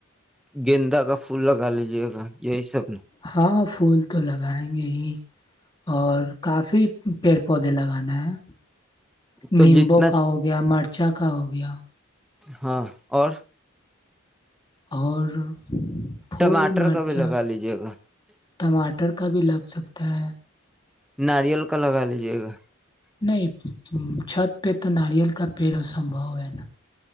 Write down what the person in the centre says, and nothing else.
گیندا کا پھول لگا لیجیے گا یہی سب نا
تو
جتنا
ہاں اور <unintelligible>
ٹماٹر
کا بھی لگا لیجے گا <unintelligible>
ناریل کا لگا لیجے گا <unintelligible>